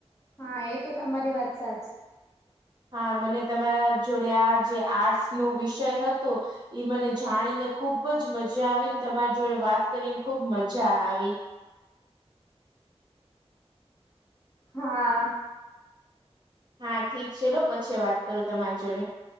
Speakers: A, on the left; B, on the right.
A: હા, એ તો તમારી વાત સાચી.
B: હા મને તમારા જોડે, આ જે આર્ટસ નો વિષય હતો એ મને જાણીને ખુબ જ મજા આવી ન તમાર જોડે વાત કરીન ખુબ મજા આવી
A: હા
B: હા ઠીક ચલો પછી વાત કરુ તમાર જોડે